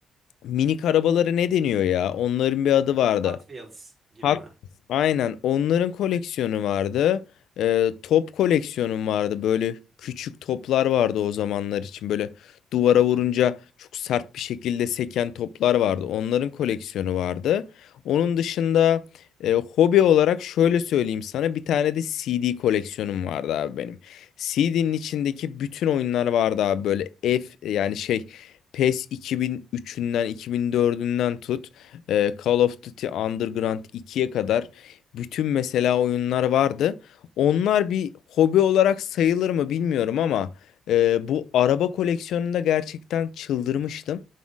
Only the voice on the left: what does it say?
minik arabaları ne deniyor ya? Onların bir adı vardı.
Hak,
aynen onların koleksiyonu vardı. Ee, top koleksiyonum vardı. Böyle küçük toplar vardı o zamanlar için. Böyle duvara vurunca çok sert bir şekilde seken toplar vardı. Onların koleksiyonu vardı. Onun dışında e, hobi olarak şöyle söyleyeyim sana bir tane de CD koleksiyonum vardı abi benim. CD'nin içindeki bütün oyunlar vardı abi böyle F yani şey PES 2003'ünden 2004'ünden tut e, Call of Duty Underground ikiye kadar bütün mesela oyunlar vardı. Onlar bir hobi olarak sayılır mı bilmiyorum ama e, bu araba koleksiyonunda gerçekten çıldırmıştım.